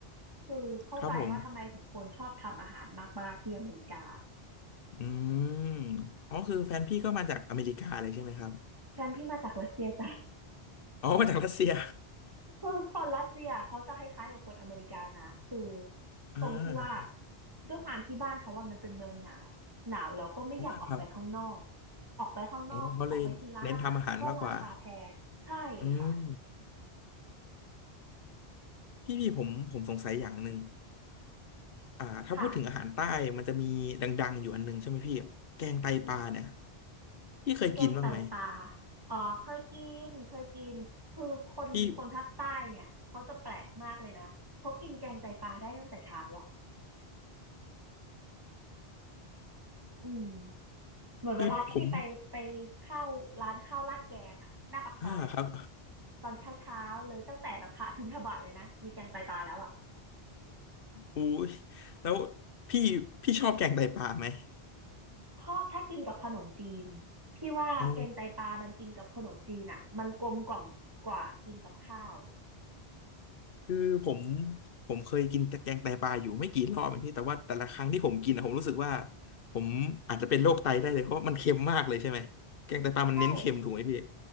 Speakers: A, on the right (about 20°); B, on the left (about 60°).
A: คือเข้าใจว่าทำไมถึงคนชอบทำอาหารมากๆที่อเมริกา
B: ครับผมอืมอ๋อคือแฟนพี่ก็มาจากอเมริกาเลยใช่ไหมครับ
A: ฉันพี่มาจากรัสเซียจ้ะ
B: อ๋อมาจากรัสเซีย
A: คือคนรัสเซียเขาจะคล้ายๆกับคนอเมริกานะคือ
B: <laughs> อ่า
A: ตรงที่ว่าด้วยความที่บ้านเขาว่ามันเป็นเมืองหนาวหนาวแล้วก็ไม่อยากออกไปข้างนอก
B: อ่าครับ
A: ออกไปข้างนอกออกไปกินร้านอาหารก็ราคาแพงใช่ค่ะ
B: อ๋อเขาเลยเน้นทำอาหารมากกว่าอืมพี่พี่ผมผมสงสัยอย่างหนึ่งอ่าถ้าพูดถึงอาหารใต้มันจะมีดังๆอยู่อันหนึงใช่ไหมพี่แกงไตปลาเนี่ย
A: ค่ะ
B: พี่เคยกินบ้างไหม
A: แกงไตปลาอ๋อเคยกินเคยกินคือคนคนภาคใต้เนี่ยเขาจะแปลกมากเลยนะเขากินแกงไตปลาได้ตั้งแต่เช้าอ่ะ
B: พี่
A: อืม เหมือนเวลาพี่ไปไปเข้าร้านข้าวราดแกงอะหน้าปากซอยอะ
B: คือผมอ่าครับ
A: ตอนเช้าเช้าเลยตั้งแต่แบบพระบิณฑบาตเลยนะมีแกงไตปลาแล้วอะ
B: อุ้ยแล้วพี่พี่ชอบแกงไตปลาไหม
A: ชอบถ้ากินกับขนมจีนพี่ว่าแกงไตปลามันกินกับขนมจีนอะมันกลมกล่อมกว่ากินกับข้าว
B: เอาคือผมผมเคยกินแต่แกงไตปลาอยู่ไม่กี่รอบเองพี่แต่ว่าแต่ละครั้งที่ผมกินอะผมรู้สึกว่าผมอาจจะเป็นโรคไตได้เลยเพราะมันเค็มมากเลยใช่ไหมแกงไตปลามันเน้นเค็มถูกไหมพี่
A: ใช่